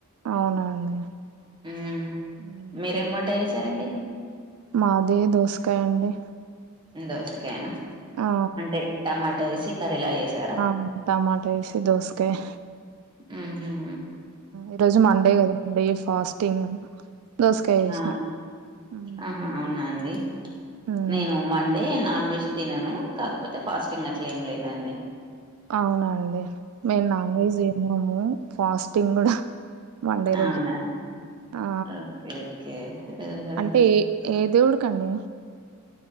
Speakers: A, on the right; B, on the right.
A: అవునా అండి
B: ఉమ్
A: ఉమ్.
B: మీరేం వంట చేసారండి
A: మాది దోసకాయ అండి
B: దోసకాయనా
A: ఆ
B: అంటే టమాటా వేసి కర్రీలాగా చేసి
A: ఆ టమాటా వేసి దోసకాయా
B: హుహూ
A: ఈరోజు మండే కదా అండి ఫాస్టింగ్ దోసకాయ చేసినాం
B: ఆ
A: మ్మ్
B: ఆహా అవునా అండి
A: మ్మ్.
B: నేను మండే నాన్ వెజ్ తినను కాకపోతే ఫాస్టింగ్ అట్లా ఏం లేదండి
A: అవునండి మేము నాన్ వెజ్ తినము ఫాస్టింగ్ కూడా మండే
B: అవునా
A: రోజు ఆ
B: ఓకే ఓకే ఆహా
A: అంటే ఏ ఏ దేవుడికండి